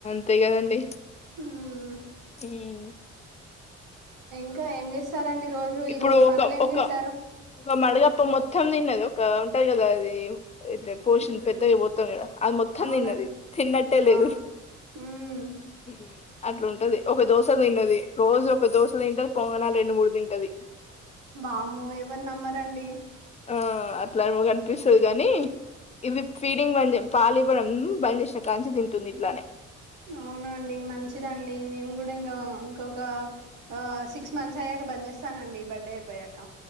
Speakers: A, on the left; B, on the right.
A: అంతే కదండి
B: మ్మ్
A: హ్మ్
B: ఇంకా ఏం చేస్తారండి రోజు
A: ఇప్పుడు
B: ఈ రోజు పనులు
A: ఒక
B: ఏం
A: ఒక
B: చేశారు
A: ఒక మడగప్ప మొత్తం తిన్నది ఒక ఉంటా కదా అది ఇట్ల పోషిన్
B: మ్మ్
A: పెద్దగా పోతాం కదా అది మొత్తం
B: అవునండి
A: తిన్నది తిన్నట్టే
B: వామ్మో
A: లేదు
B: మ్మ్
A: హ్మ అట్లుంటది ఒక దోశ తిన్నది రోజు ఒక దోశ తింటది పొంగనాలు రెండు మూడు తింటది
B: బామ్మో ఎవరూ నమ్మరండి
A: ఆ అట్లా ఆమె కనిపిస్తది కాని ఇది ఫీడింగ్ బంద చేస్ పాలు ఇవ్వడం బంద్ చేసినా కానించి తింటుంది ఇట్లానే
B: అవున అండి మంచిదండి మేము కూడా ఇంగ ఇంకొక ఆ సిక్స్ మంత్స్ అయ్యాక బంద్ చేస్ స్తానండి బర్త్డే అయిపోయాక